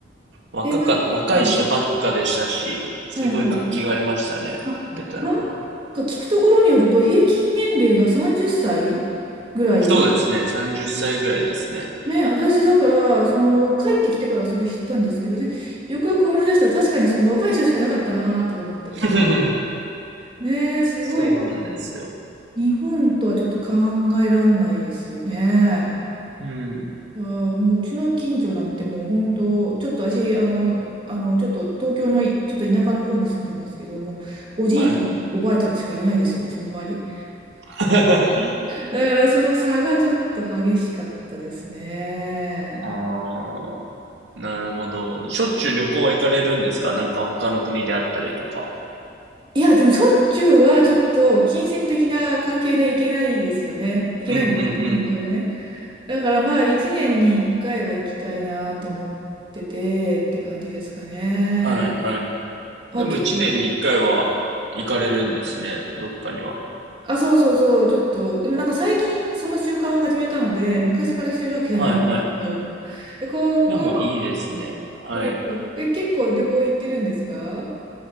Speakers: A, on the right; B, on the right.
A: 若か、
B: え、な、はい
A: 若い人ばっかでしたし、すごい活気がありましたね、
B: はいはい。あ、
A: ベトナムは。
B: なんか聞くところによると、平均年齢が30歳ぐらい
A: そうですね。30歳ぐらいですね。
B: ね、私だから、その、帰ってきてからそれ知ったんですけど、でよくよく思い出したら、確かにその若い人しかいなかったなとか思ったりとか。
A: <laughs>
B: ねえ、すごい、
A: そうなんですよ。
B: 日本とはちょっと考えらんないですよね。
A: うん。
B: あー、もううちの近所なんてもう本当、ちょっと私、あの、あの、ちょっと東京のいちょっと田舎の方に住んでるんですけども、おじいちゃん、
A: はい。
B: おばあちゃんしかいないですよ、うちの周り。
A: <laughs>
B: だからその差がちょっと激しかったですね。
A: ああ、なるほど。しょっちゅう旅行は行かれるんですかなんか他の国であったりとか。
B: いや、でもしょっちゅうはちょっと金銭的な関係で行けないですよね。行けないんですよ、
A: うんうんう
B: 私の場合はね。
A: ん。
B: だからまあ一年に一回は行きたいなと思っててって感じですかね。
A: はいはい。
B: あ、
A: でも一年に一回は行かれるんですね。
B: 結構、
A: どっかには。
B: あ、そうそうそう、ちょっと、でもなんか最近その習慣を始めたので、昔からしてるわけじゃないんですけど。
A: はいはい。
B: で今後、
A: でもいいですね。はい。
B: うんえ、結構旅行行ってるんですか